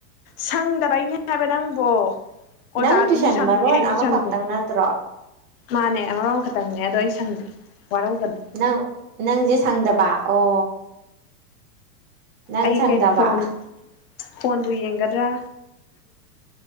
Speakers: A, on the left; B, on the right.
A: ꯁꯪꯗꯕꯩꯅ‌ꯦ ꯍꯥꯏꯕ ꯅꯪ ꯕꯣ ꯑꯣꯖꯥ
B: ꯅꯪ ꯇꯨꯏꯁꯟ
A: ꯗꯨꯖꯨ ꯁꯪꯗꯦ
B: ꯃꯔꯣꯟ
A: ꯑꯩꯖꯨ
B: ꯑꯃꯈꯛꯇꯪ
A: ꯁꯪꯗꯦ
B: ꯅꯠꯇ꯭ꯔꯣ
A: ꯃꯥꯅꯦ ꯑꯃꯔꯣꯝ ꯈꯇꯪꯅꯦ ꯑꯗꯣ ꯑꯩ ꯁꯪꯗ‌ꯦ ꯋꯥꯔꯧꯒꯅ‌ꯣ
B: ꯅꯪ ꯅꯪꯖ‌ꯦ ꯁꯪꯗꯕ ꯑꯣ ꯅꯪ
A: ꯑꯩ
B: ꯁꯪꯗꯕ
A: ꯀꯩꯅꯣ ꯐꯣꯟ ꯐꯣꯟꯕꯨ ꯌꯦꯡꯒꯗ꯭ꯔꯥ